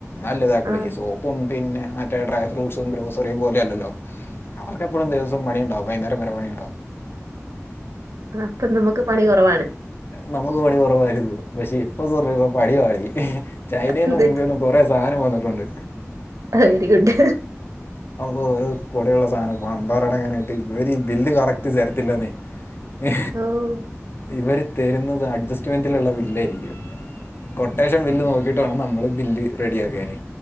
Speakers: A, on the left; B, on the right.
A: നല്ലതാക്ക്ണ്
B: ആ
A: സോപ്പും പിന്നെ മറ്റേ ഡ്രൈ ഫ്രൂ്സും ഗ്രോസറും പോലെയ അല്ലോ? അവർക്കെപ്പോളുംദിവസം പണുണ്ടാവും. വൈകുന്നേര പണി
B: അപ്പൊ നമുക്ക് പണി കുറവാണ്
A: നമ്മൾ പണി പക്ഷെ ഇപ്പ <unintelligible> പാളി ചൈനും
B: എന്ത്
A: മുംബൈും കൊറ സാധനം വന്നിട്ടുണ്ട്.
B: വെരി ഗുഡ്
A: ഓ കൂടെയള്ള സാധനം പൺമ്പാറടങ്ങാനായിട്ട് ഇവര് ഈ ബില്ല് കറക്റ്റ് തരത്തില്ലന്നേ. എ
B: ഓ
A: ഇവര് തരുന്നത്. അഡ്ജസ്റ്റ്മെന്റിലുള്ള വില്ല ആയിരിക്കും. കൊട്ടേഷൻ ബില്ല് നോക്കിയിട്ട് വേണം. നമ്മൾ ബില്ല് റെഡിയാക്കിയന്.